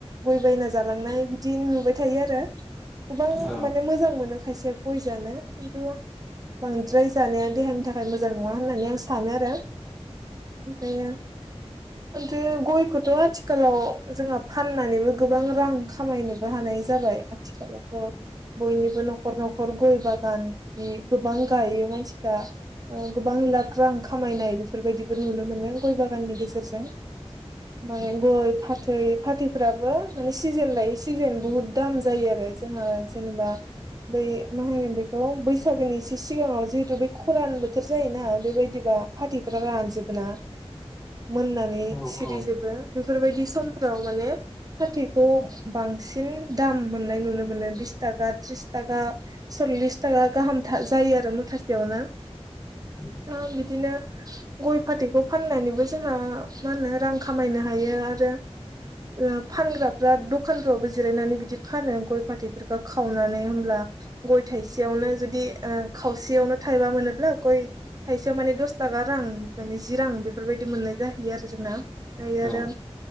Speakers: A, on the right; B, in the centre.
A: गय बायना जालांनाय बिदि नुबाय थायो आरो। गोबां
B: औ
A: माने मोजां मोनो खायसे गय जानो खिन्थु बांद्राय जानाया देहानि थाखाय मोजां नङा होननानै आं सानो आरो। ओमफ्रायो खिनथु गयखौथ' आथिखालाव जोंहा फाननानैबो गोबां रां खामायनोबो हानाय जाबाय आ थिखालावथ' बयनिबो न'खराव न'खर न'खर गय बागान बिदि गोबां गायो मानसिफ्रा। ओ गोबां लाख रां खामायनाय बेफोरबायदिबो नुनो मोनो गय बागाननि गेजेरजों। ओमफ्राय गय फाथै फाथैफोराबो माने सिजोन लायै सिजोन बुहुत दाम जायो आरो। जोंहा जेनेबा। बै मा होनगोन बेखौ बैसागोनि एसे सिगाङाव जिहेतु बेै खरान बोथोर जायोना बेबायदिबा। फाथैफोरा रानजोबो ना। मोननानै
B: औ
A: सिरिजोबो
B: औ
A: बेफोरबायदि समफ्राव माने फाथैखौ, बांसिन दाम मोननाय नुनो मोनो बिस थाखा थ्रिस थाखा। सल्लिस, थाखा गाहाम जायो आरो मुथासेयावनो।
B: उम
A: दा बिदिनो गय फाथैखौ फाननानैबो जोंहा मा होनो रां खामायनो हायो आरो ओ फानग्राफ्रा दखानफ्रावबो जिरायनानै बिदि फानो गय फाथैफोरखौ खावनानै होमब्ला गय थाइसेयावनो जुदि, ओ खावसेयावनो थाइबा मोनोब्ला गय थाइसेयाव माने दस थाखा रां माने जिरां बेफोरबायदि मोननाय जाहैयो आरो जोंना ओमफ्राय
B: औ
A: आरो